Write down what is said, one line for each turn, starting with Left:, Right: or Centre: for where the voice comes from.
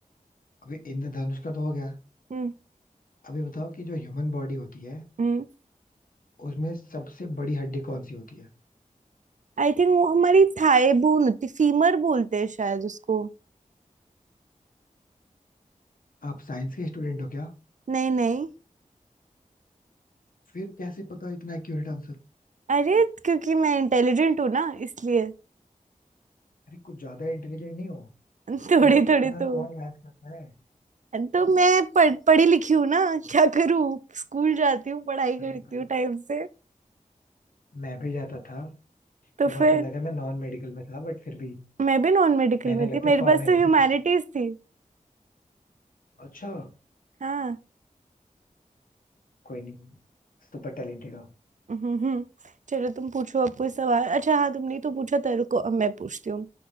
Left: अभी इंद्रधनुष का तो हो गया
Right: हम्म
Left: अभी बताओ कि जो ह्यूमन बॉडी होती है
Right: हम्म
Left: उसमें सबसे बड़ी हड्डी कौन सी होती है
Right: आई थिंक वो हमारी थाई बोन होती फीमर बोलते हैं शायद उसको
Left: आप साइंस के स्टूडेंट हो क्या
Right: नहीं नहीं
Left: फिर कैसे पता इतना एक्यूरेट आंसर
Right: अरे क्योंकि मैं इंटेलिजेंट हूँ ना इसलिए
Left: अरे कुछ ज्यादा इंटेलिजेंट नहीं हो
Right: <laughs> थोड़ी
Left: मतलब
Right: थोड़ी
Left: इतना
Right: तो
Left: कौन याद करता है
Right: तो मैं पढ़, पढ़ी लिखी हूँ ना क्या करूँ स्कूल जाती हूँ पढ़ाई
Left: अरे
Right: करती
Left: भाई
Right: हूँ टाइम से
Left: मैं भी जाता था
Right: तो
Left: वो
Right: फिर
Left: बात अलग है मैं नॉन मेडिकल में था बट फिर भी
Right: मैं भी नॉन मेडिकल
Left: मैंने
Right: में
Left: लगता
Right: थी मेरे
Left: है फॉर्मेलिटी
Right: पास तो ह्यूमैनिटीज
Left: की थी
Right: थी
Left: अच्छा
Right: हाँ
Left: कोई नहीं सुपर टैलेंटेड हो
Right: हम्म हम्म। चलो तुम पूछो अब कोई सवाल अच्छा हाँ तुमने तो पूछा था रुको अब मैं पूछती हूँ